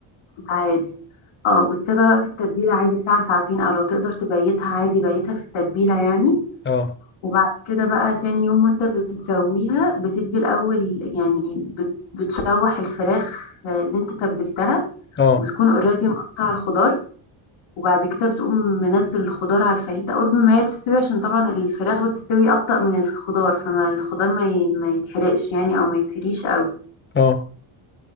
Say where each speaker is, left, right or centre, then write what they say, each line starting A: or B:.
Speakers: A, on the left; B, on the left.
A: عادي اه بتسيبها بقى في التتبيلة عادي ساعة ساعتين او لو تقدر تبيتها عادي بيتها في التتبيلة يعني
B: اه
A: وبعد كده بقى تاني يوم وانت بتسويها بتدي الأول يعني بت- بتشوح الفراخ اللي انت تبلتها
B: اه
A: وتكون اوريدي مقطع الخضار وبعد كده بتقوم منزل الخضار على الفاهيتا قرب ما هي تستوي عشان طبعا الفراخ بتستوي أبطأ من الخضار فما الخضار ما ي- ما يتحرقش يعني أو ما يتهريش أوي
B: اه